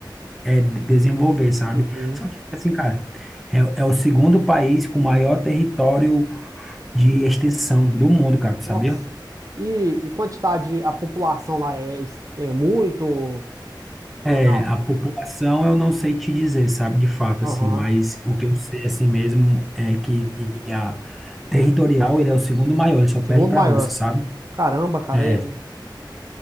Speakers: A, in the centre; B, on the right.
A: é, de- desenvolver, sabe?
B: Uhum.
A: Só que assim, cara, é, é o segundo país com maior território de extensão do mundo, cara, tu
B: Nossa.
A: sabia?
B: E, e quantidade, a população lá é, é muito ou
A: É,
B: ou não?
A: a população eu não sei te dizer, sabe, de fato,
B: Aham.
A: assim, mas o que eu sei, assim mesmo, é que a territorial, ele é o segundo maior, ele só
B: Segundo
A: perde para
B: maior.
A: a Rússia, sabe?
B: Caramba, cara.
A: É,
B: É...